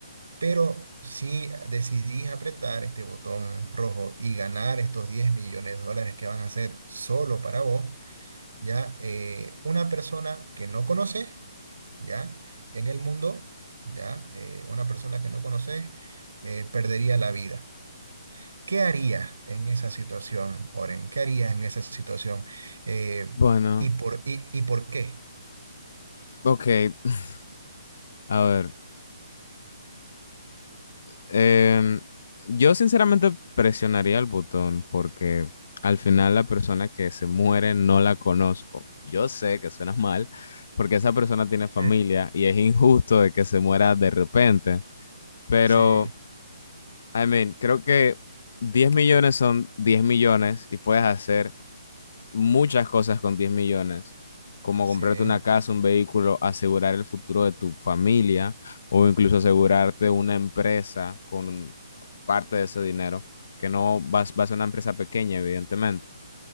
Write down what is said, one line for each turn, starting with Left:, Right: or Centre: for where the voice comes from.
Right: Pero si decidís apretar este botón rojo y ganar estos diez millones de dólares que van a ser solo para vos, ya eh, una persona que no conoces, ya en el mundo, ya eh, una persona que no conoces eh, perdería la vida. ¿Qué harías en esa situación, Oren? ¿Qué harías en esa situación? Eh,
Left: Bueno,
Right: ¿y por, y, y por qué?
Left: ok, <laughs> a ver, em, yo sinceramente presionaría el botón porque al final la persona que se muere no la conozco. Yo sé que suena mal porque esa persona tiene familia
Right: Eh,
Left: y es injusto de que se muera de repente, pero,
Right: Sí,
Left: I mean, creo que 10 millones son 10 millones y puedes hacer muchas cosas con 10 millones, como
Right: sí,
Left: comprarte una casa, un vehículo, asegurar el futuro de tu familia o incluso asegurarte una empresa con parte de ese dinero, que no vas, vas a ser una empresa pequeña, evidentemente.